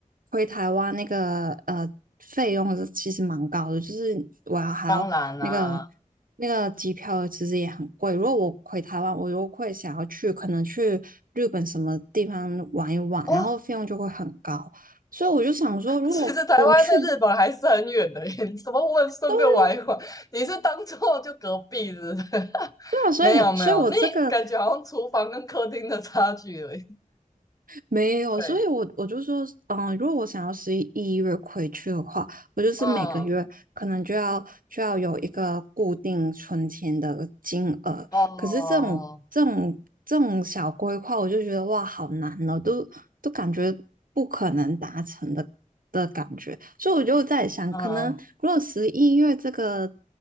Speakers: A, on the right (about 85°); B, on the left (about 25°).
A: 回台湾那个呃费用是其实蛮高的，就是我要还要那个
B: 当然啦、
A: 那个机票其实也很贵。如果我回台湾，我又会想要去可能去日本什么地方玩一玩，
B: 哦，
A: 然后费用就会很高。所以我就想说，如果我去，
B: 其实台湾在日本还是很远的耶，你怎么问顺便玩一玩？
A: 都。
B: 你是当做就隔壁是不是
A: 对啊所以所以我这个
B: 没有没有，那感觉好像厨房跟客厅的差距而已。
A: 没有，
B: 对，
A: 所以我我就说，嗯，如果我想要十一月回去的话，我就是每个月可能就要就要有一个固定存钱的金额。
B: 嗯，哦，
A: 可是这种这种这种小规划，我就觉得哇，好难哦，都都感觉不可能达成的的感觉。所以我就在想，
B: 嗯
A: 可能如果十一月这个